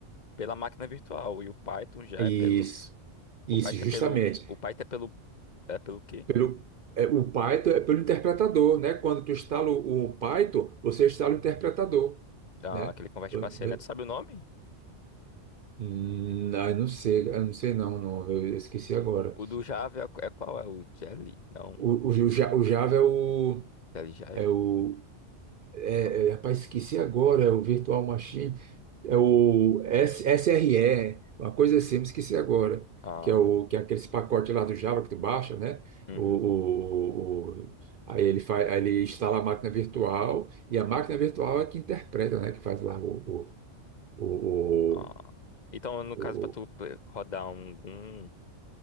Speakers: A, on the left; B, on the right.
A: pela máquina virtual. E o Python já
B: E
A: é pelo.
B: Isso, isso
A: O Python
B: justamente.
A: é pelo. O Python é pelo. É pelo quê?
B: Pelo, é, o Python é pelo interpretador, né? Quando tu instala o, o Python, você instala o interpretador,
A: Ah,
B: né?
A: que ele converte
B: Vo-
A: para C,
B: vo-
A: né? Tu sabe o nome?
B: Hum, ah, eu não sei, ah, não sei não, não, eu esqueci agora.
A: O do Java é, é qual? É o Jelly? Não.
B: O, o, o Ja- o Java é o,
A: Jelly Jai?
B: é o É,
A: Não.
B: é, rapaz, esqueci agora, é o Virtual Machine, é o S- SRE, uma coisa assim, me esqueci agora,
A: Ah,
B: que é, o, que é aqueles pacotes lá do Java que tu baixa, né?
A: uhum.
B: O, o- o- o- aí ele faz, aí ele instala a máquina virtual, e a máquina virtual é que interpreta, né? Que faz lá o, o,
A: Ah. Então, no
B: o, o,
A: caso, para tu p- rodar algum,